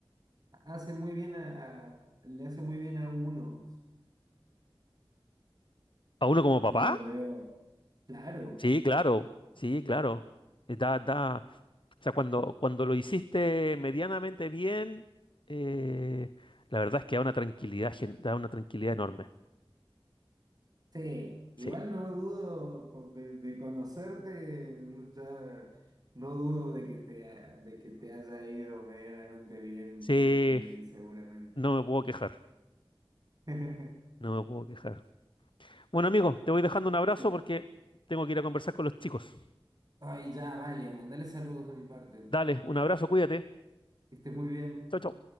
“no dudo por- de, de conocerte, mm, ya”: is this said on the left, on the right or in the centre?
Right